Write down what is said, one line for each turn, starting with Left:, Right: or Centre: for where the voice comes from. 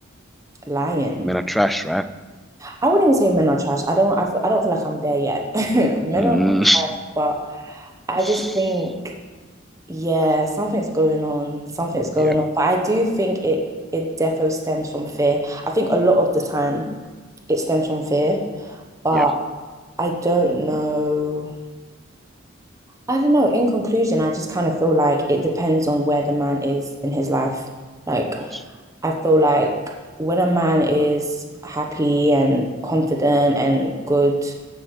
Right: lying.
Centre: Men are trash, right?
Right: I wouldn't even say men are trash. I don't. I, f- I don't feel like I'm there yet. <laughs> Men
Centre: Mm.
Right: are not
Centre: mm.
Right: trash, but I
Centre: <laughs>
Right: just think, yeah, something's going on. Something's going
Centre: Yeah,
Right: on. But I do think it it defo stems from fear. I think a lot of the time it stems from fear, but
Centre: yeah, of
Right: I don't know I don't know. In conclusion, I just kind of feel like it depends on where the man is in his life. Like,
Centre: course.
Right: I feel like when a man is happy and confident and good